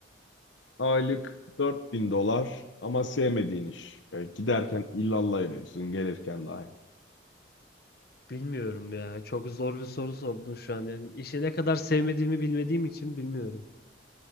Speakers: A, on the left; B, on the left.
A: Aylık 4000 dolar ama sevmediğin iş. E, giderken illallah ediyorsun gelirken dahi.
B: Bilmiyorum ya. Çok zor bir soru sordun şu an. Yani işi ne kadar sevmediğimi bilmediğim için bilmiyorum.